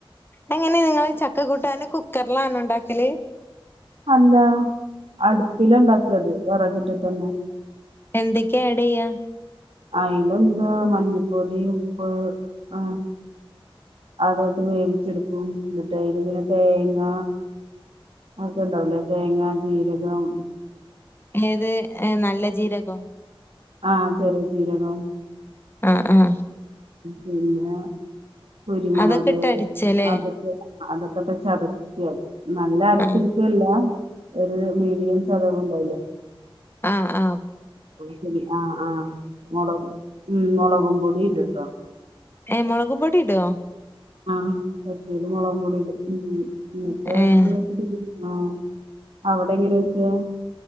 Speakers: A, on the left; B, on the right.
A: അങ്ങനെ നിങ്ങള് ചക്ക കൂട്ടാന കുക്കറിലാണ് ഉണ്ടാക്കല്
B: അല്ല അടുപ്പില ഇണ്ടാക്കത് വിറക്ട്ട് ട്ടന്നെ
A: എന്തൊക്കെയ ആഡ്യ്യ
B: അയില എന്താ മഞ്ഞപ്പൊടി ഉപ്പ് ആഹ അതൊക്കെവേവിച്ചെടുക്കും എന്നിട്ട് അതിൽ പിന്നെ തേങ്ങ അക്കെ ഉണ്ടാവലേ തേങ്ങ ജീരകം
A: ഏത്ഏ നല്ല ജീരകോ
B: ആഹ ചെറുചീരകം
A: ആഹ ആഹ
B: പിന്നെ കുരുമുളക്
A: അതൊക്കെ ഇട്ട് അടിച്ചല്ലേ?
B: അതൊക്കെ അതൊക്കെ പക്കത്തെ ചതക്ക നല്ല അരച്ചെടുക്കല്ല
A: ആഹ്
B: ഒരു മീഡിയം ചതവ ഉണ്ടാവലേ
A: ആഹ ആഹ
B: ശരി ആഹ ആഹ് മുളക് ഉം മുളകും പൊടിയും ഇണ്ട്ട്ടോ
A: ഏ മുളക് പൊടി ടോ
B: ആ ചച്ചീൽ മുളകും പൊടിട്ട് ഉ എന്നിട്ട്
A: ഏഹ്
B: വ ആ അവിടെ എങ്ങനെയാ വയ്ക്ക